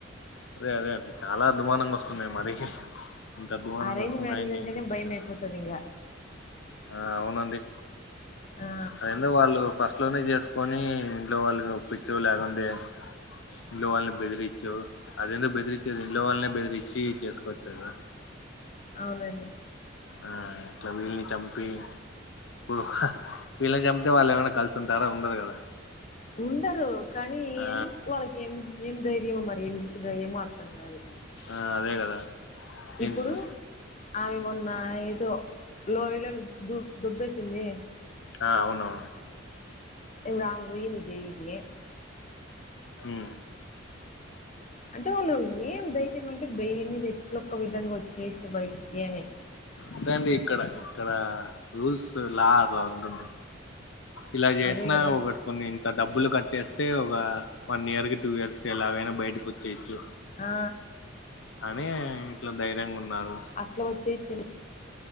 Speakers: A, on the left; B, on the left.
A: అదే అదే అండి చాలా అధ్వానంగా వస్తున్నాయి మరి ఇంత అధ్వానంగా
B: అరేంజ్
A: వస్తున్నాయని
B: మ్యారేజ్
A: నేను
B: అంటేనే
A: కూడా చూడ్లేదా
B: భయం అయిపోతది ఇంగ
A: ఆ అవునండి
B: ఆ
A: అదేందో వాళ్ళు ఫ స్ట్ లోనే చేసుకొని ఇంట్లో వాళ్ళని ఒప్పించో లేకుండే ఇంట్లో వాళ్ళని బెదిరిచ్చో అదేందో బెదిరిచ్చేది ఇంట్లో వాళ్ళనే బెదిరిచ్చి చేసుకోవచ్చు కదా
B: అవునండి
A: ఆ ఇట్లా వీళ్ళ్ని చంపి ఇప్పుడు ఆహ వీళ్ళని చంపితే వాళ్ళు ఏమన్నా కలిసి ఉంటారా ఉండరు కదా
B: ఉండరు కానీ
A: ఆ
B: ఏం వాళ్ళకి ఏం ఏం ధైర్యమో మరి ఏం జూసి ధైర్యమో అర్థం గాదు
A: ఆ అదే కదా ఏంటి
B: ఇప్పుడు ఆమె మొన్న ఏదో లోయలో దు దొబ్బేసిందే
A: ఆ అవును
B: ఇప్పుడు ఆమె పోయింది జైలుకి
A: ఉమ్మ్
B: అంటే వాళ్ళు ఏం ధైర్యం అంటే బెయిల్ మీద ఎట్లొక్క విధంగా వచ్చేయచ్చు బయటికీ అని
A: అదేండి ఇక్కడ ఇక్కడ రూల్స్ లా అలా ఉంటుంది ఇలా జేష్నా
B: అదే కదా
A: వరు కొన్ని ఇంత డబ్బులు కట్టేస్తే ఒగ వన్ ఇయర్ కి టూ ఇయర్స్ కి ఎలాగైనా బయటకి వచ్చేయచ్చు
B: ఆ
A: అనీ ఇట్లా ధైర్యంగా ఉన్నారు
B: అట్లా వచ్చేచ్చని